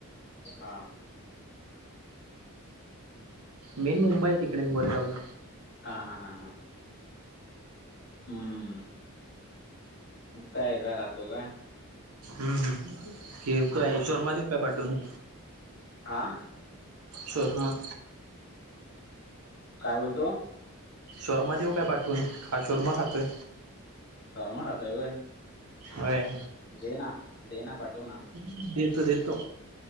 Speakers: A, on the left; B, on the right.
A: हा..
B: मेन मुंबई आहे तिकडे मी गोरेगावला.
A: हा हा हा हां. हम्म ईथे हाय का राहतो काय?
B: हम्म. हम. किरक आहे शोरमा देऊ का? पाठवून
A: आं?
B: शोरूमं
A: काय बोलतोय?
B: शोरमा देऊ काय? पाठवून. हा चुरमा खातोय.
A: शोरमा खाता होय
B: होय
A: दे ना, दे ना. पाठव ना.
B: देतो. देतो.